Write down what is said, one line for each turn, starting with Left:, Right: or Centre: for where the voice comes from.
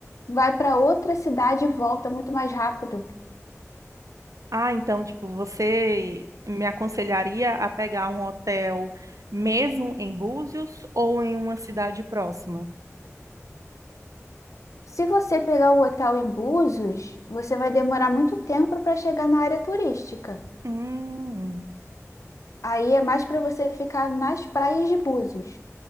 Left: vai para outra cidade e volta muito mais rápido.
Right: Ah, então, tipo, você me aconselharia a pegar um hotel mesmo em Búzios ou em uma cidade próxima?
Left: Se você pegar um hotel em Búzios, você vai demorar muito tempo para chegar na área turística.
Right: Hum,
Left: Aí é mais para você ficar nas praias de Búzios.